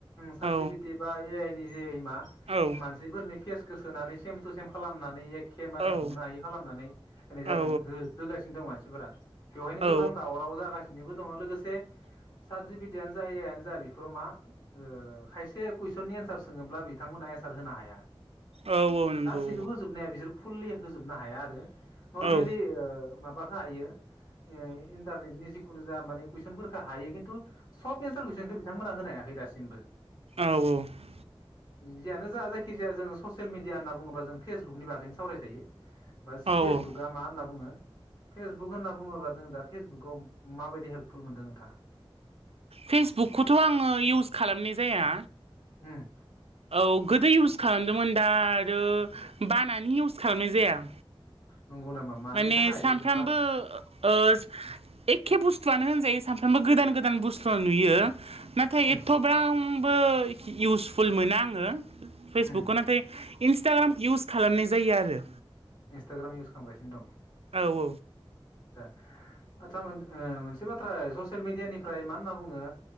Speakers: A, on the left; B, on the right.
A: सार्टिफिकेट
B: औ
A: बा ए आइ नि जे मा
B: औ
A: मानसिफोरनि फेस सोनानै सेम थु सेम खालामनानै। एखे माने
B: औ
A: हमनो हायि खालामनानै होनाय
B: औ
A: जादों
B: औ
A: हो होगासिनो दं मानसिफोरा। बेवहायनो
B: औ
A: गोबां दावराव जागासिनोबो दङ लोगोसे
B: <inaudible>
A: साड जिपिडि जायआनो जा बेफोराव मा खायसे कुइसननि एन्सार सोङोब्ला बिथांमोनहा एनसार होनो हाया
B: औ औ नंगौ
A: गासैखौबो होजोबनाया बिसोर। फुलै होजोबनो हाया आरो नर्मेलि
B: औ
A: ओ माबाखो हायो। ए इन्टारनेटनि जिखुनु जा माने कुइसफोनखो हायो खिन्थु सब एन्सार कुइसनखो बिथांमोना होनोहायाखै दासिमबो।
B: औ औ
A: जियानो जा जायखिजाया जोङो ससियेल मिडिया होनना बुङोबा जों फेसबुकनि बागैनो सावरायजायो। बास फेसबुकआ
B: औ
A: मा होनना बुङो। फेसबुक होनना बुङोब्ला जों दा फेसबुकाव माबायदि हेल्पफुल मोनदों नोंथाङा?
B: फेसबुकखौथ' आङो इउस खालामनाय जाया।
A: ओम।
B: औ गोदो इउस खालामदोंमोन दा आरो बानानै इउस खालामनाय जाया।
A: नंगौ नामा मानि
B: माने
A: थाखाय
B: सानफ्रामबो
A: बा
B: ओ एखे बुस्थुआनो होनजायो सानफ्रामबो गोदान गोदान बुस्थु नुयो नाथाय
A: उम
B: एथ'ब्राम बो इउसफुल मोना आङो फेसबुकखौ
A: उम
B: नाथाय इन्स्टाग्राम इउस खालामनाय जायो आरो।
A: इन्स्टाग्राम इउस खालामगासिनो दं?
B: औ औ।
A: आतसा मोन मोनसे बाथ्रा ससियेल मिडियानिफ्राय मा होनना बुङो